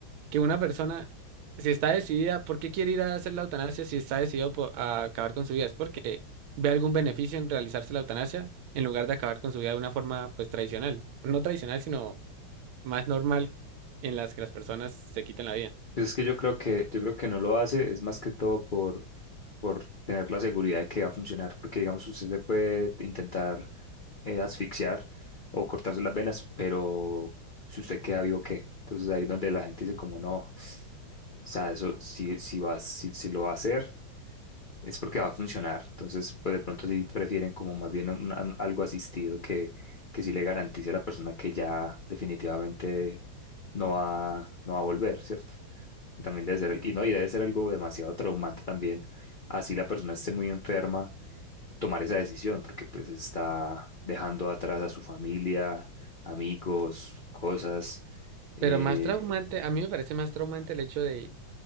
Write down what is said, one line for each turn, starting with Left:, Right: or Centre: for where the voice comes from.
Right: que una persona, si está decidida, ¿por qué quiere ir a hacer la eutanasia si está decidido po- a acabar con su vida? Es porque ve algún beneficio en realizarse la eutanasia en lugar de acabar con su vida de una forma pues tradicional, no tradicional, sino más normal en las que las personas se quitan la vida.
Left: Pues es que yo creo que, yo creo que no lo hace, es más que todo por, por tener la seguridad de que va a funcionar, porque digamos que usted se puede intentar eh, asfixiar o cortarse las venas, pero si usted queda vivo, ¿qué? Entonces ahí es donde la gente dice como no, o sea, eso si, si va, si, si lo va a hacer, es porque va a funcionar. Entonces, pues de pronto sí prefieren como más bien un- un- algo asistido que, que sí le garantice a la persona que ya definitivamente no va, no va a volver, ¿cierto? que también debe ser, al- y no, y debe ser algo demasiado traumante también, así la persona esté muy enferma, tomar esa decisión, porque pues está dejando atrás a su familia, amigos, cosas, eh,
Right: Pero más traumante, a mí me parece más traumante el hecho de